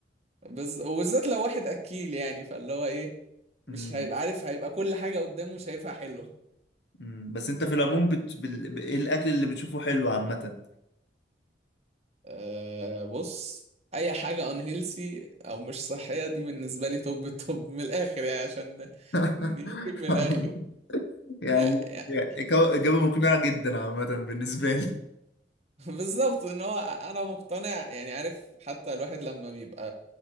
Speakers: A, on the right; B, on the left.
A: بز... وبالذات لو واحد اكيل يعني فاللي هو ايه مش
B: امم
A: هيبقى عارف هيبقى كل حاجه قدامه شايفها حلوه
B: امم بس انت في العموم بت... بال... ب- ايه الاكل اللي بتشوفه حلو عامه
A: أه بص اي حاجه unhealthy او مش صحيه دي بالنسبه لي توب التوب من الاخر يعني عشان
B: <laughs>
A: نجيب من الاخر
B: يعني
A: يعني, يعني
B: يعني إجابة إجابة مقنعة جدا عامة بالنسبة
A: <laughs> بالظبط ان هو انا مقتنع يعني عارف حتى الواحد لما بيبقى